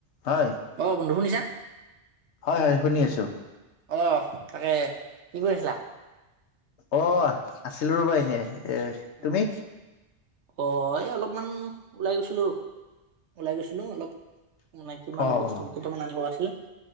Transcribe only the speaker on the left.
হয়।
হয় হয়, শুনি আছো।
অ' আছিলো ৰ'বা এনেই, এ
তুমি?
অ',
অ'।